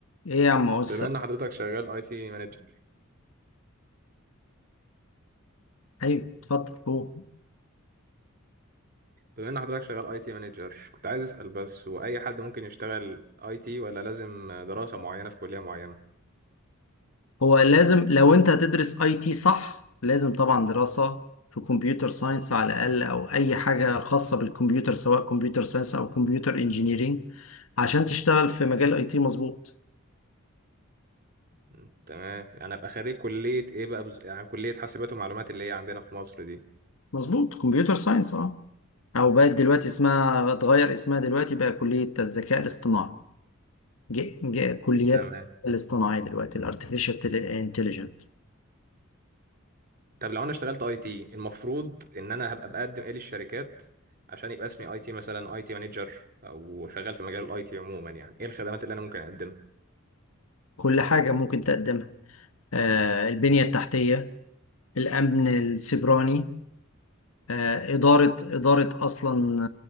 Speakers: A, on the left; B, on the right.
A: ايه يا عم بص
B: بما ان حضرتك شغال اي تي مانجر
A: ايوه اتفضل هو
B: بما ان حضرتك شغال اي تي مانجر كنت عايز اسال بس هو اي حد ممكن يشتغل اي تي ولا لازم دراسه معينه في كليه معينه
A: هو لازم لو انت هتدرس اي تي صح لازم طبعا دراسة في كمبيوتر ساينس على الاقل او اي حاجة خاصة بالكمبيوتر سواء كمبيوتر ساينس او كمبيوتر انجينيرينج عشان تشتغل في مجال اي تي مظبوط
B: م، تمام انا ابقى خريج كليه ايه بقى بز... يعني كليه حاسبات ومعلومات اللي هي عندنا في مصر دي
A: مظبوط كمبيوتر ساينس اه او بقت دلوقتي اسمها اتغير اسمها دلوقتي بقى كلية الذكاء الاصطناعي ج- ج- كليات
B: تمام
A: الاصطناعي دلوقتي الارتفيشال انتليجنت
B: طب لو انا اشتغلت اي تي المفروض ان انا هبقى بقدم ايه للشركات عشان يبقى اسمي اي تي مثلا اي تي مانجر او شغال في مجال الاي تي عموما يعني ايه الخدمات اللي انا ممكن اقدمها
A: كل حاجة ممكن تقدمها آه البنية التحتية الأمن السيبراني آه، إدارة إدارة أصلا